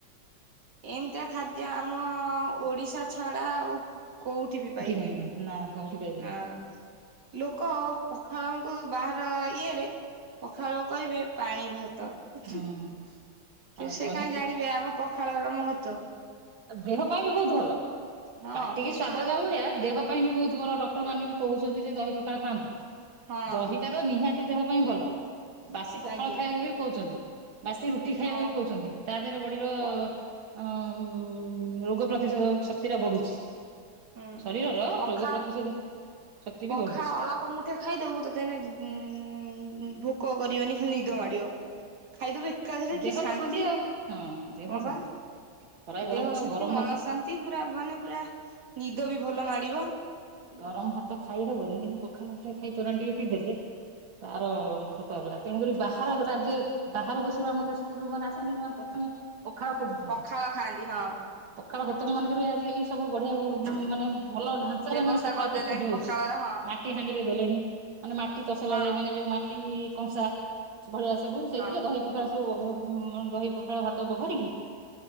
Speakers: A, on the right (about 55°); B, on the right (about 80°).
A: ଏମିତିଆ ଖାଦ୍ୟ ଆମ ଓଡିଶା ଛଡା ଆଉ କୋଉଠି ବି ପାଇବେନି?
B: ମିଳିବ ନା କୋଉଠି ପାଇବେନି।
A: ହଁ ଲୋକ ପଖାଳଙ୍କୁ ବାହାର ଇଏରେ ପଖାଳକୁ କହିବେ ପାଣି ଭାତ୍। ତ ଉଁହୁଁ
B: ହୁଁ
A: କିନ୍ତୁ
B: ଆଉ
A: ସେ
B: ଦହି
A: କାହିଁ ଜାଣିବେ ଆମ ପଖାଳର ମହତ୍ତ୍ୱ।
B: ଆଉ ଦେହ ପାଇଁ ବି ବହୁତ ଭଲ।
A: ହଁ
B: ପାଟିକି
A: ପଖାଳ
B: ସ୍ଵାଦ ଯୋଉଭଳିଆ
A: ଟା
B: ଦେହ ପାଇଁ ବି ବହୁତ ଭଲ ଡକ୍ଟର ମାନେ ବି କହୁଛନ୍ତି ଯେ ଦହି ପଖାଳ ଖାଆନ୍ତୁ।
A: ହଁ
B: ଦହିଟା ତ ନିହାତି ତି ଦେହ ପାଇଁ ଭଲ। ବାସି ପଖାଳ
A: ଆଜ୍ଞା।
B: ଖାଇବାକୁ ବି କହୁଛନ୍ତି ବାସି ରୁଟି ଖାଇବାକୁ
A: ହଁ
B: ବି କହୁଛନ୍ତି। ତା ଦେହରେ ବଡିର
A: ପ
B: ଉଁ ଉଁ ରୋଗ ପ୍ରତିଶେଧକ ଶକ୍ତି ଟା ବଢୁଛି।
A: ହୁଁ
B: ଶରୀରର
A: ପଖା
B: ରୋଗ ପ୍ରତିଶୋଧକ ଶକ୍ତି ବି
A: ପଖାଳ
B: ବଢୁଛି
A: ଅଳପ ମୁଠେ ଖାଇଦବୁ, ତତେ ଏଇନା ଦି ଉମ୍ ଭୋକ କରିବନି ଖାଲି ନିଦ ମାଡିବ। ଖାଇଦବୁ ଏକାଥରେ
B: ଦେହ
A: କି ଶାନ୍ତି
B: ତ ଆଉ ହଁ ଦେହ
A: ହଁ
B: ଶାନ୍ତି
A: ବା।
B: ଖରା ଗରମକୁ
A: ଦେହ
B: ଆଉ
A: ଶାନ୍ତି
B: ଗରମ
A: ମନ
B: ଭାତ
A: ଶାନ୍ତି ପୁରା ମାନେ ପୁରା ନିଦ ବି ଭଲ ମାଡିବ
B: ଗରମ ଭାତ ଖାଇହବନି କିନ୍ତୁ ପଖାଳ ମୁଠେ ଖାଇ ତୋରାଣ ଟିକେ ପିଇ ଦେଲି ତାର ମହତ ଅଲଗା ତେଣୁକ ବାହାର
A: ମହତ
B: ରାଜ୍ୟ
A: ହେଲା
B: ବାହାର ଦେଶ ଆମ ଦେଶକୁ ଯୋଉମାନେ ଆସନ୍ତି, ସେମାନେ ପ୍ରଥମେ ପଖାଳ ଖୋଜୁଛନ୍ତି
A: ପଖାଳ ଖାଆନ୍ତି ହଁ
B: ପଖାଳ ହୋଟେଲ ମାନଙ୍କରେ ବି ଆଜିକାଲି ସବୁ ବଢି ମାନେ ଭଲ ଢାଞ୍ଚାରେ
A: ବ୍ୟବସ୍ଥା
B: ମାନେ ପ୍ରସ୍ତୁତି
A: କରିଦେଲେଣି
B: ହଉଛି
A: ପଖାଳର ହଁ
B: ମାଟି ହାଣ୍ଡିରେ ଦେଲେଣି, ମାନେ ମାଟି ତସଲାରେ
A: ହଁ
B: ମାନେ ଯୋଉ ମା ଟି କଂସା ଭଳିଆ ସବୁ ସେଇଥିରେ
A: ହଁ
B: ଦହି ପଖଳ ସବୁଭ ଦହି ପଖାଳ ଭାତ ପଖାଳିକି